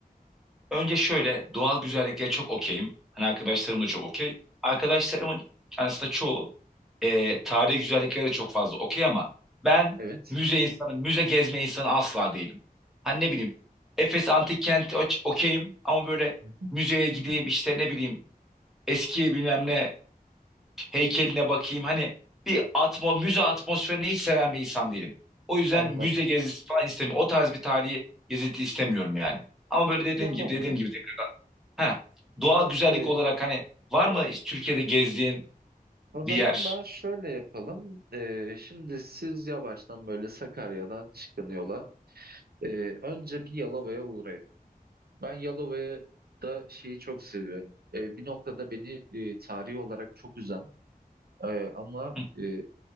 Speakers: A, in the centre; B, on the right.
A: Önce şöyle doğal güzelliklere çok okeyim. Hani arkadaşlarım da çok okey. Arkadaşlarımın aslında çoğu e, tarihi güzelliklere de çok fazla okey ama ben
B: Evet.
A: müze insanı, müze gezme insanı asla değilim. Hani ne bileyim Efes Antik Kenti o- okeyim ama böyle
B: Hı hı.
A: müzeye gideyim işte ne bileyim eski bilmem ne heykeline bakayım. Hani bir atmo, müze atmosferini hiç seven bir insan değilim. O yüzden
B: Anladım.
A: müze gezisi falan istemiyorum. O tarz bir tarihi gezinti istemiyorum yani. Ama böyle dediğim
B: Tamamdır.
A: gibi dediğim gibi Ha, doğal güzellik
B: Ee,
A: olarak hani var mı hiç Türkiye'de gezdiğin
B: o
A: bir
B: zaman
A: yer?
B: ben şöyle yapalım. Ee, şimdi siz yavaştan böyle Sakarya'dan çıkın yola. Ee, önce bir Yalova'ya uğrayın. Ben Yalova'da şeyi çok seviyorum. Ee, bir noktada beni e, tarihi olarak çok üzen e, ama
A: Hı.
B: e,